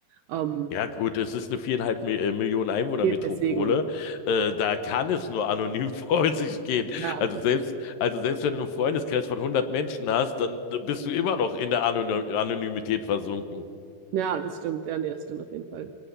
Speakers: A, on the right; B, on the left.
A: Ähm,
B: Ja gut, es ist eine viereinhalb Mi- äh, Millionen Einwohner-Metropole.
A: eben deswegen,
B: Äh, da kann es nur anonym <laughs> vor sich gehen.
A: ja, absolut.
B: Also selbst, also selbst wenn du einen Freundeskreis von 100 Menschen hast, dann bist du immer noch in der Anony Anonymität versunken.
A: Ja, das stimmt. Ja, nee, das stimmt auf jeden Fall.